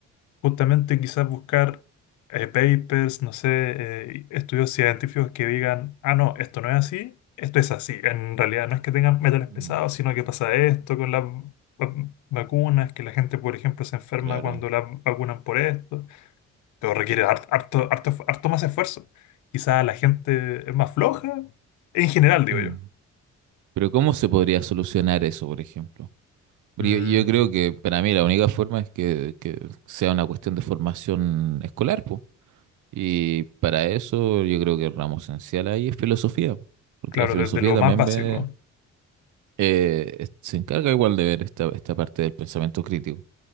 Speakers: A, on the left; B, on the right.
A: Justamente quizás buscar eh, papers, no sé, eh, estudios científicos que digan, ah, no, esto no es así, esto es así. En realidad no es que tengan metales
B: Mm,
A: pesados, sino que pasa esto con las va- vacunas, que la gente, por ejemplo, se enferma
B: Claro.
A: cuando la vacunan por esto, pero requiere har- harto, harto, harto más esfuerzo. Quizás la gente es más floja, en general, digo
B: Mm.
A: yo.
B: Pero ¿cómo se podría solucionar eso, por ejemplo? Pero
A: Mm,
B: Yo, yo creo que para mí la única forma es que, que sea una cuestión de formación escolar, pues. Y para eso yo creo que el ramo esencial ahí es filosofía, po. porque
A: claro,
B: la filosofía
A: desde lo
B: también
A: más básico,
B: ve, eh, es- se encarga igual de ver esta, esta parte del pensamiento crítico,